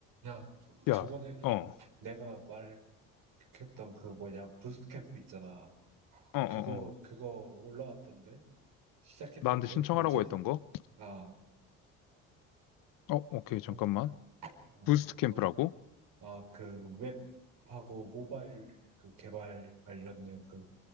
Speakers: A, on the right; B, on the left.
A: 야,
B: 야,
A: 저번에 그
B: 어, 어,
A: 내가 말했던 그 뭐냐 부스캠프 트 있잖아.
B: 어, 어.
A: 그거 그거 올라왔던데 시작했던데
B: 나한테 신청하라고
A: 뭐지?
B: 했던 거?
A: 아,
B: 어, 오케이, 잠깐만.
A: 그- 어,
B: 부스트
A: 그거
B: 캠프라고?
A: 아 그 웹하고 모바일 그 개발 관련된 그